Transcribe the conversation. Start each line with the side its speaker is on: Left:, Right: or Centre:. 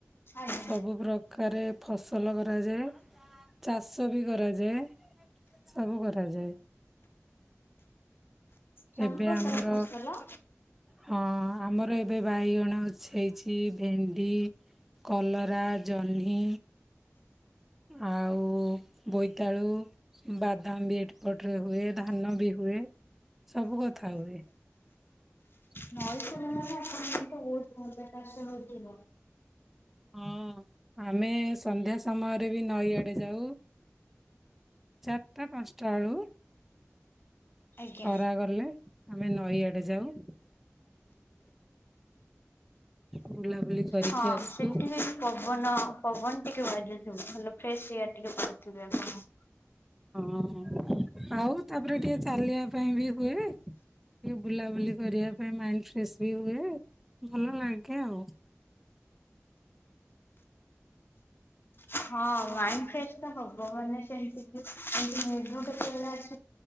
Left: ଆଜ୍ଞା
Centre: ସବୁ ପ୍ରକାରେ ଫସଲ କରାଯାଏ। ଚାଷ ବି କରାଯାଏ ସବୁ କରାଯାଏ।
Left: ସବୁ
Centre: ଏବେ
Left: ପ୍ରକାର
Centre: ଆମର
Left: ଫସଲ
Centre: ହଁ, ଆମର ଏବେ ବାଇଗଣ ଅଛି ହେଇଛି। ଭେଣ୍ଡି, କଲରା, ଜହ୍ନି ଆଉ ବୋଇତାଳୁ, ବାଦାମ ବି ଏଟପଟରେ ହୁଏ ଧାନ ବି ହୁଏ। ସବୁ କଥା ହୁଏ। <inaudible>
Left: ନଈ କୂଳ ମାନେ ଆପଣଙ୍କ ବହୁତ ଭଲ ଚାଷ ହଉଥିବ
Centre: ହଁ ଆମେ ସନ୍ଧ୍ୟା ସମୟରେ ବି ନଈଆଡେ ଯାଉ ଚାରିଟା ପାଞ୍ଚଟା ଆଳୁ
Left: ଆଜ୍ଞା
Centre: ଖରା ଗଲେ ଆମେ ନଈଆଡେ ଯାଉ ବୁଲାବୁଲି କରିକି
Left: ହଁ
Centre: ଆସୁ
Left: ସେଠି ବି ପବନ ପବନ୍ ଆଲ <inaudible> ସେଆଟିରେ ପାଉଥିବେ ଆପଣ <inaudible>
Centre: ହଁ, ଆଉ ତାପରେ ଟିକେ ଚାଲିବା ପାଇଁ ବି ହୁଏ। ଟିକେ ବୁଲାବୁଲି କରିବା ପାଇଁ, ମାଇଣ୍ଡ ଫ୍ରେେଶ ବି ହୁଏ। ଭଲ ଲାଗେ ଆଉ
Left: ହଁ ମାଇଣ୍ଡ ଫ୍ରେଶ ତ ହବ ମାନେ ସେମତିକି <unintelligible> କେତେବେ